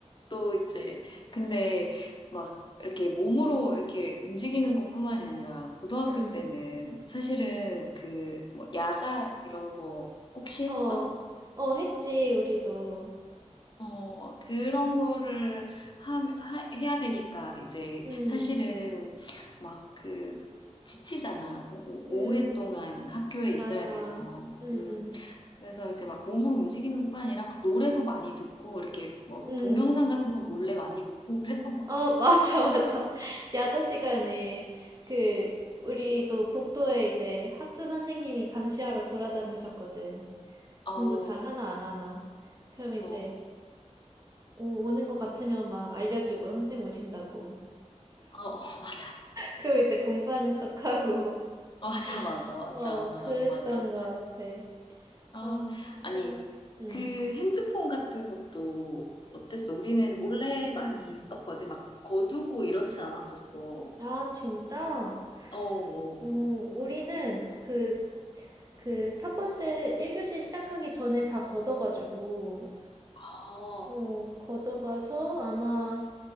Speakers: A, on the left; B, on the right.
A: 또 이제 근데 막 이렇게 몸으로 이렇게 움직이는 것뿐만이 아니라 고등학교
B: 음,
A: 때는 사실은 그 뭐 야자 이런 거 혹시 했어?
B: 어, 어, 했지, 우리도.
A: 어 그런 거를 하, 하- 해야 되니까 이제
B: 음,
A: 사실은 막 그 지치잖아. 오,
B: 음,
A: 오랫동안 학교에 있어야
B: 맞아.
A: 돼서.
B: 음,
A: 음.
B: 음,
A: 그래서 이제 막 몸으로 움직이는 것뿐 아니라 막 노래도 많이 듣고 이렇게 뭐
B: 음.
A: 동영상 같은 거 몰래 많이 보고 그랬던 것
B: 어, <laughs> 맞아, 맞아. 야자 시간에 그,
A: 같아요.
B: 우리도 복도에 이제 학주 선생님이 감시하러 돌아다니셨거든.
A: 어,
B: 공부 잘 하나, 안 하나. 그럼 이제
A: 어, 어,
B: 오, 오는 것 같으면 막 알려주고 선생님 오신다고.
A: 어, <laughs> 맞아.
B: 그리고 이제 공부하는 척하고
A: 어, 맞아, 맞아,
B: <laughs>
A: 맞아,
B: 어 그랬던
A: 맞아.
B: 것 같아.
A: 어,
B: 아 진짜.
A: 아니,
B: 음,
A: 그 핸드폰 같은 것도 어땠어? 우리는 몰래 많이
B: 음.
A: 썼거든. 막 거두고 이렇진 않았었어. 어,
B: 아 진짜.
A: 어,
B: 어, 우리는 그 그 첫 번째 1교시 시작하기 전에 다 걷어가지고,
A: 어.
B: 어, 걷어가서 아마